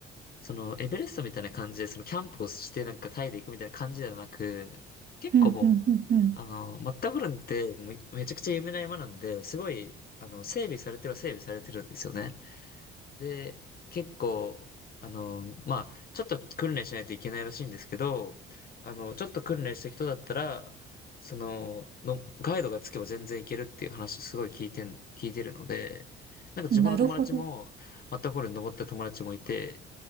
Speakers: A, on the left (about 45°); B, on the right (about 50°).
A: その、エベレストみたいな感じで、その、キャンプをして、なんか、タイで行くみたいな感じではなく、結構もう、
B: うんうんうん
A: あの、マッターホルンって、もう、めちゃくちゃ有名な山なんで、すごい、あの、整備されてるは整備されてるんですよね。で、結構、あの、まあ、ちょっと訓練しないといけないらしいんですけど、あの、ちょっと訓練した人だったら、その、の、ガイドがつけば全然いけるっていう話すごい聞いてん、聞いてるので、なんか自分の友達も、
B: うん。なるほど。
A: マッターホルン登った友達もいて、